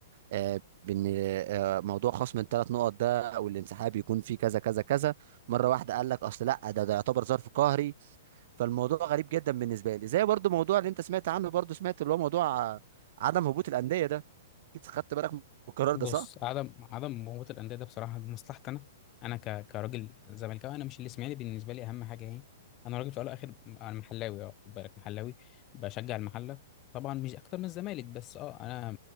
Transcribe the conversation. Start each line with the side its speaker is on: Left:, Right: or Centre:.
Right: آه، بان آه، موضوع خصم الثلاث نقط ده او الانسحاب يكون فيه كذا كذا كذا مره واحده قال لك اصل لا ده ده يعتبر ظرف قهري فالموضوع غريب جدا بالنسبه لي زي برضو موضوع اللي انت سمعت عنه برضو سمعت اللي هو موضوع آه، عدم هبوط الانديه ده اكيد خدت بالك من القرار
Left: بص
Right: ده صح؟
Left: عدم عدم مهومه الانديه ده بصراحه دي مصلحتي انا انا ك... كراجل زملكاوي انا مش الاسماعيلي بالنسبه لي اهم حاجه اهي انا راجل في الاول والاخر انا محلاوي اه خد بالك محلاوي بشجع المحله طبعا مش اكتر من الزمالك بس اه انا